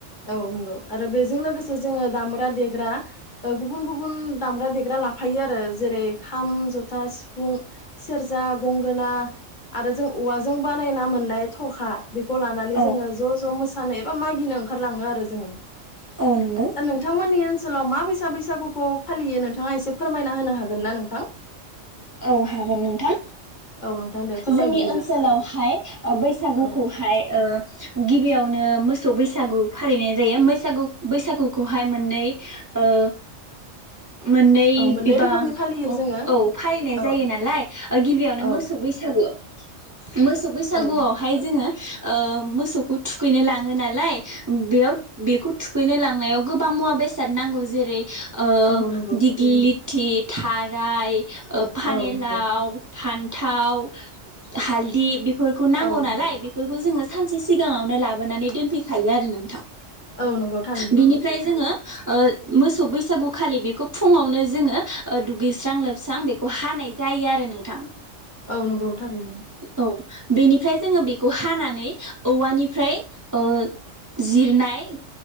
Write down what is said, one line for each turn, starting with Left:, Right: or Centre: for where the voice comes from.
Left: औ नंगौ आरो बे। जों लोगोसे जोङो दामग्रा देग्रा ओ गुबुन- गुबुन दांमग्रा देग्रारा ला थायो आरो जेरै खाम जथ था सिफुं सेरजा गंगोना आरो जों औवाजों बानायना मोननाय थखा बेखौ लानानै
Right: औ
Left: जोङो ज' ज' मोस मोसानो एबा मागिनो ओंखारलाङो आरो जोङो।
Right: औ नंगौ
Left: दा नोंथांमोननि। ओनसोलाव मा बैसा बैसागुखौ फालियो नोंथाङा एसे फोरमायना होनो हागोन ना नोंथां?
Right: औ हागोन नोंथां।
Left: औ नोंथां दे फोरमाय
Right: जोंनि
Left: बिदिब्ला
Right: ओनसोलावहाय ओ बैसागुखौहाय
Left: औ
Right: ओ गिबियावनो मोस मोसौ बैसागु फालिनाय जायो मैसागु बैसागु बैसागुखौहाय मोननै ओ मोननै
Left: औ मोननै
Right: बिबा
Left: रोखोमनि फालियो जोङो
Right: औ फालिनाय
Left: औ
Right: जायो नालाय गिबियावनो
Left: औ
Right: मोसौ बैसो <unintelligible> मोसौ बैसागुआवहाय
Left: औ
Right: जोङो। ओ मोसौखौ थुखैनो लाङो नालाय बेयाव बेखौ थुखैनो लांनायाव गोबां मुवा बेसाद नांगौ जेरै ओ
Left: औ नंगौ
Right: दिगलिलिट थि थाराय ओ फानेलाव
Left: औ नंगौ
Right: फान्थाव हाल दि बेफोरखौ नांगौ
Left: औ
Right: नालाय
Left: नंगौ
Right: बेफोरखौ जोङो सानसे सिगाङावनो लाबोनानै दोनफैखायो आरो नोंथां।
Left: औ नंगौ थारैनो।
Right: बिनिफ्राय जोङो ओ मोसौ बैसागुखालि बेखौ फुङावनो जोङो ओ दुगैस्रां लोबस्रां बेखौ हानाय जायो आरो नोंथां।
Left: औ नंगौ थारैनो।
Right: औ बेनिफ्राय जोङो बेखौ हानानै औवानिफ्राय ओ जिरनाय